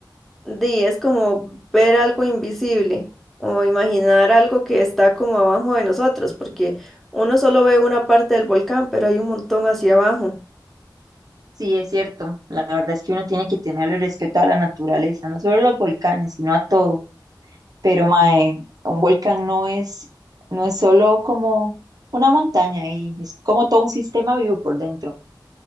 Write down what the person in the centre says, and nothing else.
di, es como ver algo invisible o imaginar algo que está como abajo de nosotros, porque uno solo ve una parte del volcán, pero hay un montón hacia abajo.